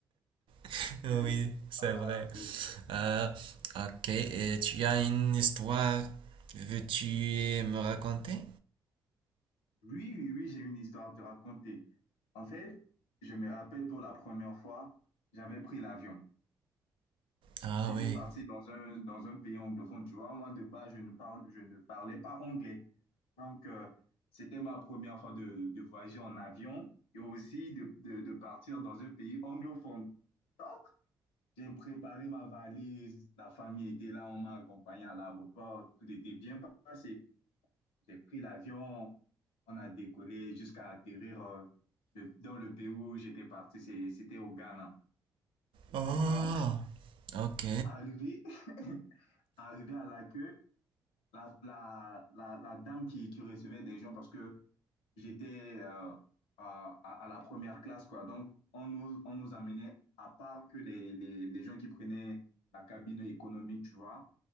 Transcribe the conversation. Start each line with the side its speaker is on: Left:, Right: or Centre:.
Right: <laughs> Oui,
Left: <laughs>
Right: c'est
Left: Ah,
Right: vrai.
Left: c'est...
Right: Euh, ok, et tu as une histoire, veux-tu me raconter?
Left: Oui, oui, oui, j'ai une histoire à te raconter. En fait, je me rappelle pour la première fois, j'avais pris l'avion.
Right: Ah
Left: j'étais
Right: oui.
Left: parti dans un, dans un pays anglophone, tu vois. Moi, de base, je ne parle, je ne parlais pas anglais. Donc, euh, c'était ma première fois de, de voyager en avion et aussi de, de, de partir dans un pays anglophone. Donc, j'ai préparé ma valise, la famille était là, on m'a accompagné à l'aéroport, tout était bien passé. J'ai pris l'avion, on a décollé jusqu'à atterrir euh, le- dans le pays où j'étais parti, c'est- c'était au Ghana.
Right: Ah,
Left: Donc,
Right: ok,
Left: arrivé, <laughs> arrivé à l'accueil, la, la, la, la dame qui, qui recevait des gens parce que j'étais euh, à, à, à la première classe, quoi. Donc, on nous, on nous amenait, à part que les, les, les gens qui prenaient la cabine économique, tu vois.